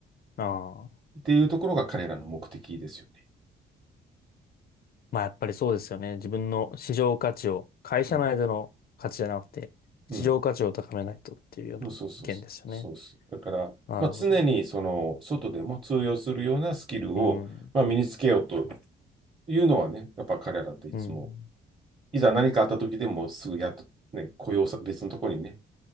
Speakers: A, on the left; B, on the right.
A: ああ。
B: っていうところが彼らの目的ですよね。
A: まあやっぱりそうですよね。自分の市場価値を、会社内での価値じゃなくて、
B: うん。うん。
A: 市場価値を高めないとっていうような意見ですよね。
B: そうそうそうそう。そうです。だから、
A: なるほど。
B: まあ、常にその外でも通用するようなスキルを、
A: うん。
B: まあ、身につけようというのはね、やっぱ彼らっていつも
A: うん。
B: いざ何かあった時でもすぐやっと、ね、雇用さ、別のところにね、